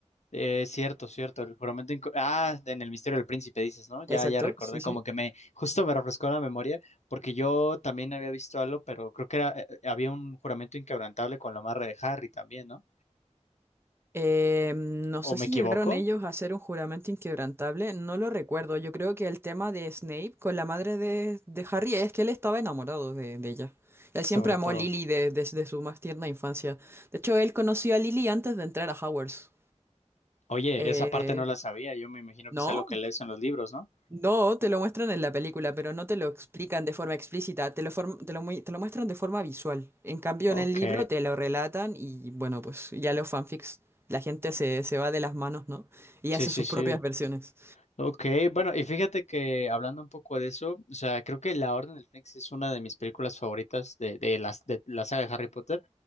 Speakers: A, on the left; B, on the right.
A: Eh, Es cierto, cierto. El juramento inco- Ah, en el Misterio del Príncipe dices, ¿no? Ya,
B: Exacto,
A: ya recordé,
B: sí,
A: como
B: sí.
A: que me, justo me refrescó la memoria, porque yo también había visto algo, pero creo que era, eh, eh, había un juramento inquebrantable con la amarre de Harry también, ¿no?
B: Eh, no
A: ¿O
B: sé
A: me
B: si
A: equivoco?
B: llegaron ellos a hacer un juramento inquebrantable, no lo recuerdo. Yo creo que el tema de Snape con la madre de, de Harry es que él estaba enamorado de, de ella. Él
A: Sobre
B: siempre amó
A: todo.
B: a Lily de- desde su más tierna infancia. De hecho, él conoció a Lily antes de entrar a Hogwarts.
A: Oye,
B: Eh,
A: esa parte no la sabía, yo me imagino
B: ¿no?
A: que es algo que lees en los libros, ¿no?
B: No, te lo muestran en la película, pero no te lo explican de forma explícita, te lo, form- te lo, mui- te lo muestran de forma visual. En cambio,
A: Ok.
B: en el libro te lo relatan y bueno, pues ya los fanfics, la gente se, se va de las manos, ¿no? Y
A: Sí,
B: hace
A: sí,
B: sus
A: sí.
B: propias versiones.
A: Ok, bueno, y fíjate que hablando un poco de eso, o sea, creo que La Orden del Fénix es una de mis películas favoritas de, de, las, de la saga de Harry Potter.